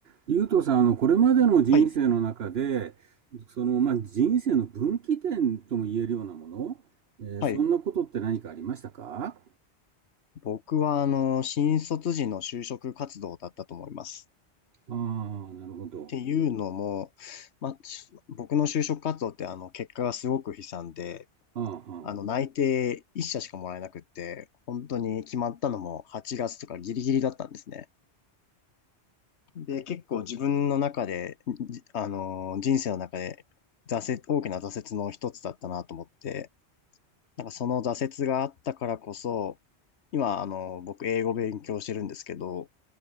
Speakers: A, on the right; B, on the left.
A: ゆうとさん、あの、これまでの人生の中で、
B: はい。
A: その、まあ、人生の分岐点とも言えるようなもの、えーそんなことって何かありましたか
B: はい。僕は、あの、新卒時の就職活動だったと思います。
A: ああ、なるほど。
B: っていうのも、まあ、し僕の就職活動って、あの、結果がすごく悲惨で、
A: ああ、
B: あの、
A: ああ
B: 内定1社しかもらえなくって、本当に決まったのも8月とかギリギリだったんですね。で、結構自分の中で、じあの、人生の中で、挫折、大きな挫折の一つだったなと思って、なんかその挫折があったからこそ、今、あの、僕英語勉強してるんですけど、